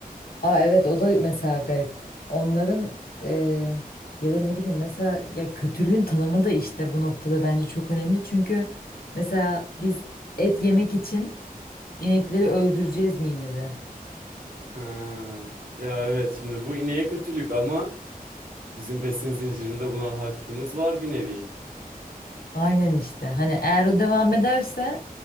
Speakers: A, on the left; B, on the right.
A: Aa evet o da mesela garip. Onların e, ya da ne bileyim mesela ya kötülüğün tanımı da işte bu noktada bence çok önemli. Çünkü mesela biz et yemek için inekleri öldüreceğiz mi yine de?
B: Ha. Ya evet şimdi bu ineğe kötülük ama bizim besin zincirinde buna hakkımız var bir nevi.
A: Aynen işte. Hani eğer o devam ederse